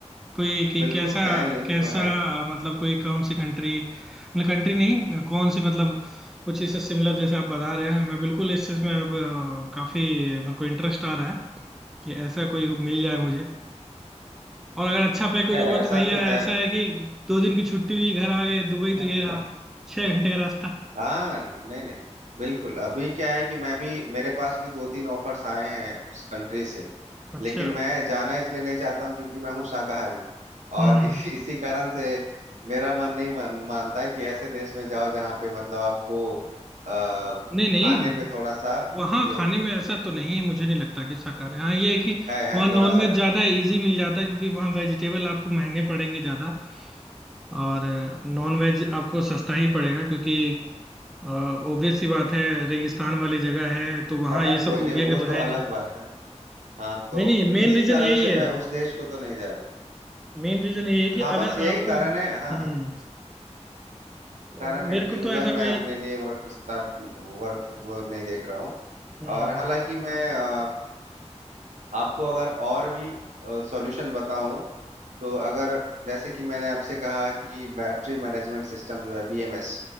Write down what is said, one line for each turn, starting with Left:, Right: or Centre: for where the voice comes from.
Centre: कोई कि
Right: बिल्कुल
Centre: कैसा
Right: है लिंक
Centre: कैसा
Right: तो है
Centre: मतलब कोई कौन सी कंट्री मतलब कंट्री नहीं कौन सी मतलब कुछ इससे सिमिलर जैसे आप बता रहे हैं मैं बिल्कुल इस चीज में अब अ, काफी मेरे को इंटरेस्ट आ रहा है कि ऐसा कोई मिल जाए
Right: जी।
Centre: मुझे और अगर अच्छा पैकेज
Right: है
Centre: होगा तो
Right: ऐसा
Centre: भैया
Right: तो है
Centre: ऐसा है कि दो दिन की छुट्टी हुई घर आ गए दुबई तो
Right: <laughs>
Centre: ये रहा छह घंटे का रास्ता
Right: हाँ नहीं नहीं बिल्कुल अभी क्या है कि मैं भी मेरे पास भी दो तीन ऑफर्स आए हैं उस कंट्री से
Centre: अच्छा
Right: लेकिन मैं जाना इसलिए नहीं चाहता हूँ क्योंकि मैं हूँ शाकाहारी और
Centre: हम्म हम्म,
Right: <laughs> इसी
Centre: हम्म।
Right: इसी कारण से मेरा मन नहीं मान, मानता कि ऐसे देश में जाओ जहाँ पे मतलब आपको आ,
Centre: नहीं नहीं
Right: खाने पे थोड़ा सा
Centre: वहाँ
Right: ये हो
Centre: खाने में ऐसा तो नहीं है मुझे नहीं लगता कि शाकाहारी हाँ ये है कि
Right: है, है
Centre: वहाँ नॉनवेज
Right: थोड़ा सा है
Centre: ज्यादा इजी मिल जाता है क्योंकि वहाँ वेजिटेबल आपको महंगे पड़ेंगे ज्यादा और नॉन वेज आपको सस्ता ही पड़ेगा क्योंकि ऑब्वियस सी बात है रेगिस्तान वाली जगह है तो वहाँ
Right: खैर
Centre: ये
Right: कोई
Centre: सब
Right: नहीं
Centre: उगेंगे
Right: वो
Centre: तो है
Right: तो
Centre: नहीं
Right: अलग बात है हाँ तो
Centre: नहीं नहीं मेन
Right: इसी
Centre: रीजन
Right: कारण
Centre: यही
Right: से
Centre: है
Right: मैं उस देश को तो नहीं जा रहा
Centre: मेन रीजन यही है कि
Right: हाँ बस
Centre: अगर
Right: यही
Centre: आपको
Right: कारण
Centre: हम्म,
Right: है हाँ हाँ।
Centre: तो
Right: कारण
Centre: मेरे
Right: है कि
Centre: को तो
Right: उधर
Centre: ऐसा कोई
Right: मैं अपने लिए वर्क स्टाफ वर्क वो नहीं देख रहा हूँ
Centre: हम्म,
Right: और हालांकि मैं अ, आपको अगर और भी सॉल्यूशन बताऊं तो अगर जैसे कि मैंने आपसे कहा कि बैटरी मैनेजमेंट सिस्टम जो है बीएमएस